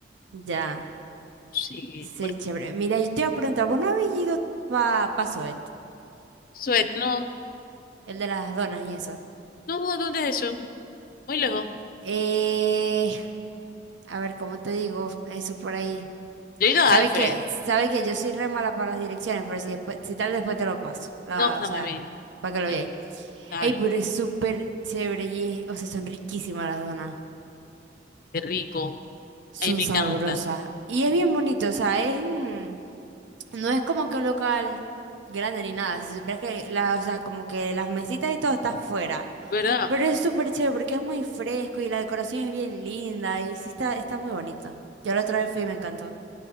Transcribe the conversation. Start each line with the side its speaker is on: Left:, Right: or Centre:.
Right: Ya,
Left: Sí,
Right: sí,
Left: por...
Right: chévere. Mira, yo te iba a preguntar, ¿vos no habéis ido pa, pa Zoet?
Left: Suet, no.
Right: El de las donas y eso.
Left: No, ¿dónde es eso? Muy lejos.
Right: Eh, a ver, ¿cómo te digo? Eso por ahí.
Left: Yo he ido a
Right: Sabe
Left: Alfred.
Right: que, sabe que yo soy re mala para las direcciones, pero si después, si tal después te lo paso. La,
Left: No, está
Right: o sea,
Left: muy bien.
Right: para que
Left: Está
Right: lo veáis.
Left: caro.
Right: Ey, pero es súper chévere y es- o sea, son riquísimas las donas.
Left: Qué rico.
Right: Son
Left: Ahí me
Right: sabrosas.
Left: encanta.
Right: Y es bien bonito, o sea, es en- no es como que un local grande ni nada. Si supieras que la, o sea, como que las mesitas y todo está afuera.
Left: ¿Verdad?
Right: Pero es súper chévere porque es muy fresco y la decoración es bien linda y sí está, está muy bonito. Yo la otra vez fui y me encantó.